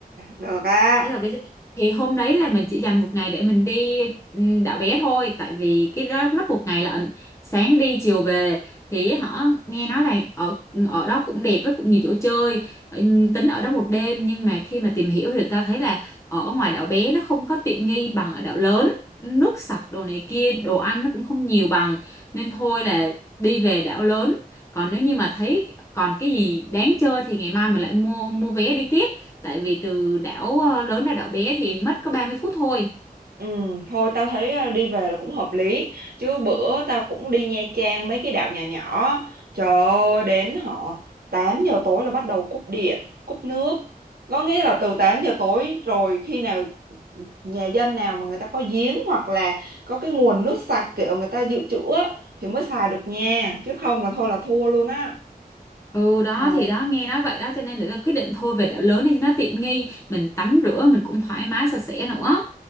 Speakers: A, on the right; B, on the left.
A: được á
B: Thế hợp lý chứ. Thì hôm đấy là mình chỉ dành một ngày để mình đi ừm, đảo bé thôi tại vì cái đó mất một ngày lận sáng đi chiều về thì họ nghe nói là ở ở đó cũng đẹp với cũng nhiều chỗ chơi Ừm, tính ở đó một đêm nhưng mà khi mà tìm hiểu thì tao thấy là ở ngoài đảo bé nó không có tiện nghi bằng ở đảo lớn nước sạch đồ này kia đồ ăn nó cũng không nhiều bằng nên thôi là đi về đảo lớn còn nếu như mà thấy còn cái gì đáng chơi thì ngày mai mình lại mua mua vé đi tiếp tại vì từ đảo ờ, lớn ra đảo bé thì mất có 30 phút thôi
A: Ừ, thôi tao thấy ờ, đi về là cũng hợp lý chứ bữa tao cũng đi Nha Trang mấy cái đảo nhỏ nhỏ trời ơi đến họ 8 giờ tối là bắt đầu cúp điện cúp nước có nghĩa là từ 8 giờ tối rồi khi nào nhà dân nào mà người ta có giếng hoặc là có cái nguồn nước sạch kiểu người ta dự trữ á, thì mới xài được nha chứ không là thôi là thua luôn á
B: ừ đó
A: ừ,
B: thì đó nghe nói vậy đó cho nên là quyết định thôi về đảo lớn đi cho nó tiện nghi mình tắm rửa mình cũng thoải mái sạch sẽ nữa